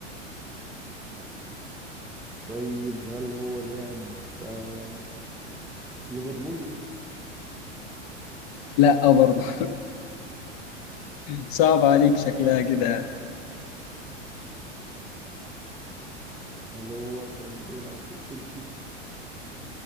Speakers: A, in the centre; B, on the left.
A: طيب هل هو لاعب آه، ليفربول؟
B: لا آه، برضه صعب عليك شكلها كده يعني
A: هل هو كان بيلعب في تشيلسي؟